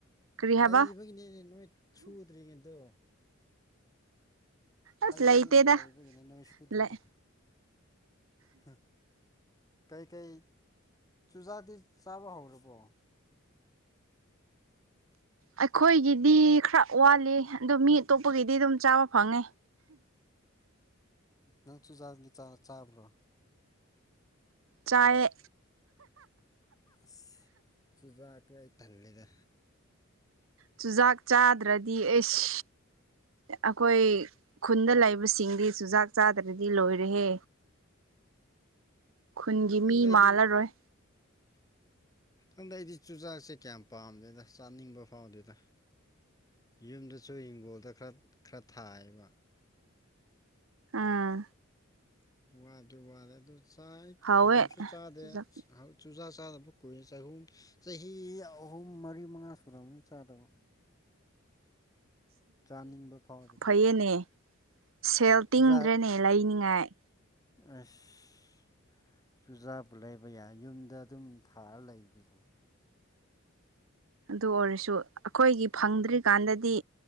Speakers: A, on the right; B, on the left.
A: ꯀꯔꯤ ꯍꯥꯏꯕ
B: ꯂꯩꯕꯒꯤꯅꯦꯅꯦ ꯅꯣꯏ ꯁꯨꯗ꯭ꯔꯤꯉꯗꯣ
A: ꯑꯁ
B: ꯂꯩꯕꯒꯤꯅꯤ
A: ꯂꯩꯇꯦꯗ
B: ꯂꯩꯕꯒꯤꯅꯤ ꯅꯣꯏ ꯁꯨꯗ꯭ꯔꯤꯗ
A: ꯂꯩ
B: ꯍꯥ ꯀꯩꯀꯩ ꯆꯨꯖꯥꯗꯤ ꯆꯥꯕ ꯍꯧꯔꯕꯣ
A: ꯑꯩꯈꯣꯏꯒꯤꯗꯤ ꯈꯔ ꯋꯥꯠꯂꯤ ꯑꯗꯣ ꯃꯤ ꯑꯇꯣꯞꯄꯒꯤꯗꯤ ꯑꯗꯨꯝ ꯆꯥꯕ ꯐꯪꯉꯦ <inaudible>
B: ꯅꯪ ꯆꯨꯖꯥꯛꯅꯤ ꯆꯥꯕ꯭ꯔꯣ
A: ꯆꯌꯦ
B: ꯑꯁ ꯆꯨꯖꯥꯛꯀ ꯑꯩ ꯊꯜꯂꯦꯗ
A: ꯆꯨꯖꯥꯛ ꯆꯥꯗ꯭ꯔꯗꯤ ꯑꯩꯁ ꯑꯩꯈꯣꯏ ꯈꯨꯟꯗ ꯂꯩꯕꯁꯤꯡꯗꯤ ꯆꯨꯖꯥꯛ ꯆꯥꯗ꯭ꯔꯗꯤ ꯂꯣꯏꯔꯦꯍꯦ ꯈꯨꯟꯒꯤ
B: ꯈꯪꯗꯦ
A: ꯃꯤ
B: ꯑꯩꯗꯤ
A: ꯃꯥꯜꯂꯔꯣꯏ
B: ꯑꯟꯗ ꯑꯩꯗꯤ ꯆꯨꯖꯥꯛꯁꯦ ꯀꯌꯥꯝ ꯄꯥꯝꯗꯣꯏꯅ ꯆꯥꯅꯤꯡꯕ ꯐꯥꯎꯗꯣꯏꯗ ꯌꯨꯝꯗꯁꯨ ꯍꯤꯡꯒꯣꯜꯗ ꯈꯔ ꯈꯔ ꯊꯥꯏꯌꯦꯕ
A: ꯑꯥ
B: ꯋꯥꯗꯤ ꯋꯥꯗꯦ ꯑꯗꯨ ꯆꯥꯏ
A: ꯍꯥꯎꯋꯦ
B: ꯍꯀꯨꯝꯁꯨ ꯆꯥꯗꯦ
A: ꯆꯨꯖꯥꯛ
B: ꯆꯨꯖꯥ ꯆꯥꯗꯕ ꯀꯨꯏꯔ ꯆꯍꯨꯝ ꯆꯍꯤ ꯑꯍꯨꯝ ꯃꯔꯤ ꯃꯉꯥ ꯁꯨꯔꯕꯅꯤ ꯆꯥꯗꯕ ꯆꯥꯅꯤꯡꯕ ꯐꯥꯎꯗꯦꯕ
A: ꯐꯩꯌꯦꯅꯦ ꯁꯦꯜ
B: ꯆꯨꯖꯥꯛ
A: ꯇꯤꯡꯗ꯭ꯔꯅꯦ ꯂꯩꯅꯤꯉꯥꯏ
B: ꯑꯁ ꯆꯨꯖꯥꯛꯄꯨ ꯂꯩꯕ ꯌꯥꯏ ꯌꯨꯝꯗ ꯑꯗꯨꯝ ꯊꯥꯔ ꯂꯩ ꯑꯗꯨꯕꯨ
A: ꯑꯗꯨ ꯑꯣꯏꯔꯁꯨ ꯑꯩꯈꯣꯏꯒꯤ ꯐꯪꯗ꯭ꯔꯤꯀꯥꯟꯗꯗꯤ